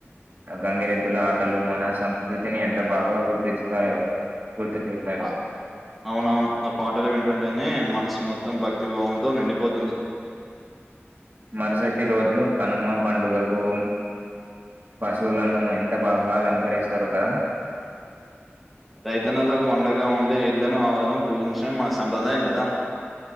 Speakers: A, on the right; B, in the centre.
A: గంగిరెద్దుల ఆటలు మన సంస్కృతిని ఎంత బాగా గుర్తిస్తాయో గుర్తు చేస్తాయో
B: ఆ అవునవును ఆ పాటలు వింటుంటేనే మనసు మొ త్తం భక్తి భావంతో నిండిపోతుంది.
A: మరుసటి రోజు కనుమ పండుగకు పశువులను ఎంత బాగ అలంకరిస్తారో కదా!
B: రైతనలకు అండగా ఉండే ఎడ్లను ఆవులను పూజించడం మన సంప్రదాయం కదా!